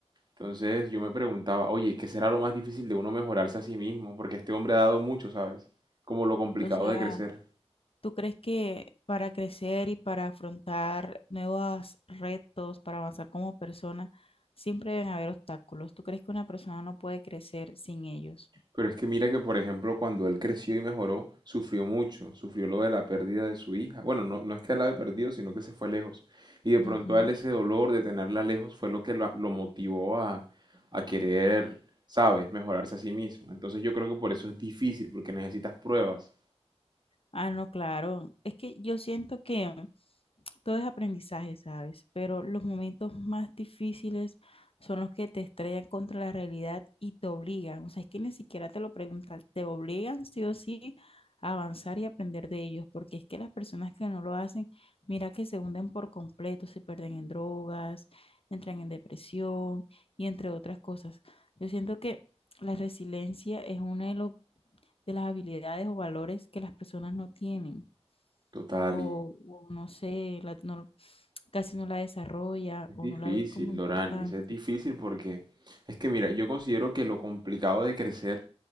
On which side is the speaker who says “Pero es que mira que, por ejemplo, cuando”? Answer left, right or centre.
Right